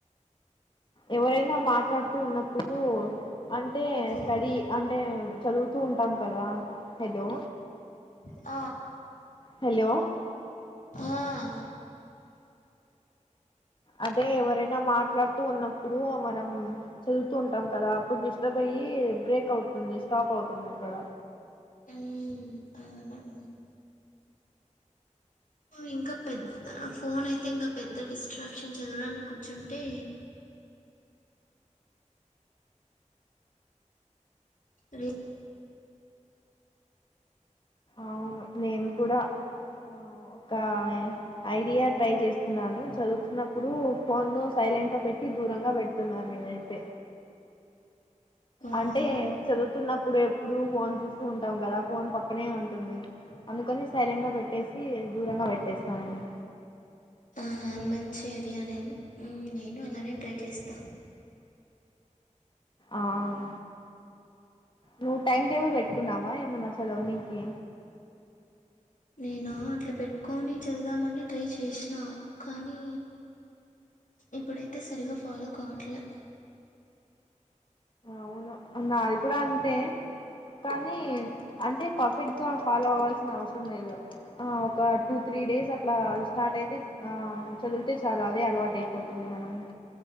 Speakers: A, on the left; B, on the left.
A: ఎవరైనా మాట్లాడ్తూ ఉన్నప్పుడు అంటే
B: హలో
A: స్టడీ అంటే చదువుతూ ఉంటాం కదా హలో
B: అ
A: హలో.
B: ఆహ్.
A: అదే ఎవరైన మాట్లాడుతూ ఉన్నప్పుడు మనం చదువుతూ ఉంటం కదా అప్పుడు డిస్టర్బ్ అయ్. అయ్యి బ్రేక్ అవుతుంది స్టాప్ అవుతుంది అక్కడ.
B: ఉమ్ అవును. ఇంక పెద్ద్ ఆహ్ ఫోన్ అయితే ఇంగ పెద్ద డిస్ట్రాక్షన్ చదవడానికి వచ్చుంటే. రి.
A: అవును నేను కూడా. ఆహ్ ఒక ఐడియా ట్రై చేస్తున్నాను చదువుతున్నప్పుడు ఫోను సైలెంట్. ట్లొ పెట్టి దూరంగా పెడుతున్నాను నేనైతే.
B: ఓహో
A: అంటే చదువుతున్నప్పుడు ఎప్పుడు ఫోన్ చూస్తూ ఉంటాం గదా ఫోన్ పక్కనే ఉం. టుంది అందుకని సైలెంట్ గ పెట్టేసి దూరంగా పెట్టేస్తాను నేను.
B: ఆహా, మంచి ఐడియానే. ఉమ్, నేను అలానే ట్రై చేస్తా.
A: ఆహ్. నువ్వు టైం టేబుల్ పెట్టుకున్నావా ఏమన్న చదవనికీ.
B: నేను అట్లా పెట్టుకొని చదువుదామని ట్రై చేశినా కానీ. ఇప్పుడైతే సరిగా ఫాలో కావట్లే.
A: అవును నాది కూడ అంతే. కానీ అంటే పర్ఫెక్ట్ గా ఫాలో అవ్వల్సిన అవసరం లేదు. ఆహ్ ఒక టు త్రీ డేస్ అట్లా స్టార్ట్ అయితే ఆహ్ చదివితే చాలా అదే అలవాట్ అయిపోతుంది. మనం